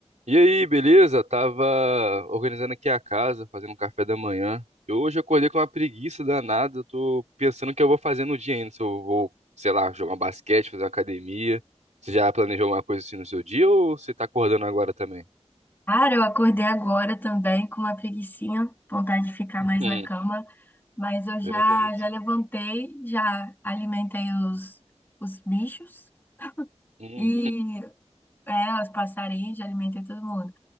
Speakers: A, on the right; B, on the left.
A: E aí, beleza? Tava organizando aqui a casa, fazendo um café da manhã. E hoje eu acordei com uma preguiça danada. Eu tô pensando o que eu vou fazer no dia ainda. Se eu vou, sei lá, jogar um basquete, fazer uma academia. Você já planejou alguma coisa assim no seu dia ou você tá acordando agora também?
B: Cara, eu acordei agora também com uma preguicinha, vontade de ficar mais
A: Hum,
B: na cama, mas eu já
A: verdade.
B: já levantei, já alimentei os, os bichos
A: Hum,
B: e é, os passarinhos, já alimentei todo mundo.